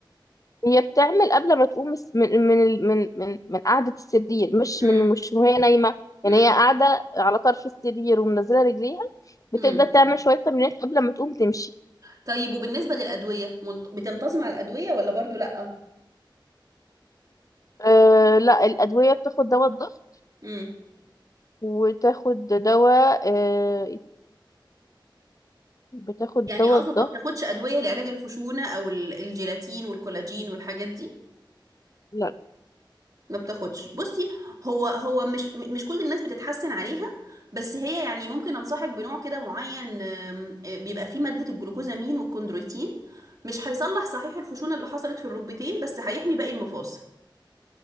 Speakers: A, on the left; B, on the right.
A: هي بتعمل قبل ما تقوم الس- من من ال- من من, من قعدة السرير مش
B: امم
A: من مش وهي نايمة
B: امم
A: يعني هي قاعدة على طرف السرير ومنزلة رجليها بتبدأ
B: امم
A: تعمل شوية تمرينات قبل ما تقوم تمشي
B: طيب وبالنسبة للأدوية منت- بتنتظم على الأدوية ولا برضو لأ
A: أه لا الأدوية بتاخد دواء الضغط
B: امم
A: وتاخد دواء أه بتاخد
B: يعني
A: دواء
B: اقصد
A: الضغط
B: ما بتاخدش أدوية لعلاج الخشونة او ال- الجيلاتين والكولاجين والحاجات دي
A: لا
B: ما بتاخدش بصي هو هو مش مش كل الناس بتتحسن عليها بس هي يعني ممكن انصحك بنوع كده معين آم، آه، بيبقى فيه مادة الجلوكوزامين والكوندرويتين مش هيصلح صحيح الخشونة اللي حصلت في الركبتين بس هيحمي باقي المفاصل